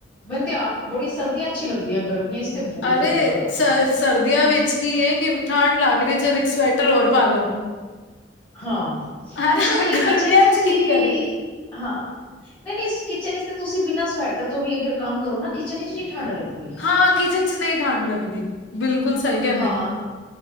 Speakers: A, on the left; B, on the left.
A: ਮੈਨੂੰ ਤੇ ਆਪ ਬੜੀ ਸਰਦੀਆਂ ਅੱਛੀ ਲੱਗਦੀਆਂ ਗਰਮੀਆਂ ਇਚ ਤੇ ਬਹੁਤ
B: ਅਰੇ
A: ਈ ਬੁਰੇ ਹਾਲ‌
B: ਸ
A: ਏ।
B: ਸਰਦੀਆਂ ਵਿੱਚ ਕੀ ਹੈ, ਕਿ ਠੰਢ ਲੱਗ ਰਹੀ ਹੈ ਚੱਲ ਇੱਕ ਸਵੈਟਰ ਹੋਰ ਪਾਲੋ।
A: ਹਾਂ
B: ਹਾਂ
A: ਅੱਛਾ ਨਹੀਂ
B: ਗਰਮੀਆਂ
A: ਕਿਚਨ ਵਿੱਚ ਤੁਸੀਂ
B: ਚ ਕੀ ਕਰੇ
A: ਹਾਂ। ਨਹੀਂ-ਨਹੀਂ ਕਿਚਨ ਇਚ ਤਾਂ ਤੁਸੀਂ ਬਿਨਾਂ ਸਵੈਟਰ ਤੋਂ ਵੀ ਅਗਰ ਕੰਮ ਕਰੋ ਨਾ ਕਿਚਨ ਇਚ ਨੀ ਠਾਢ ਲੱਗਦੀ।
B: ਹਾਂ, ਕਿਚਨ ਚ ਨਹੀਂ ਠੰਢ ਲਗਦੀ। ਬਿਲਕੁਲ ਸਹੀ ਕਿ
A: ਹਾਂ,